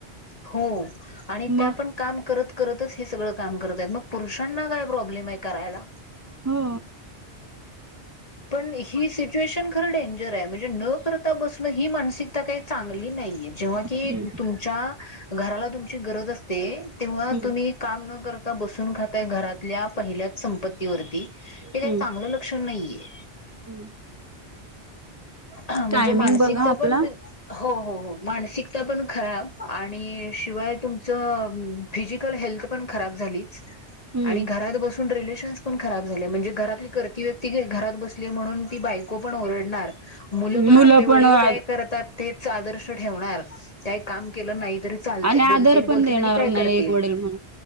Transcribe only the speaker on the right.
मग
हो
हम्म
हम्म
हम्म
हम्म
टायमिंग
बघा आपला
हम्म
मुलं
आणि
आदर पण
देणार
नाही
एक वडील म्हणून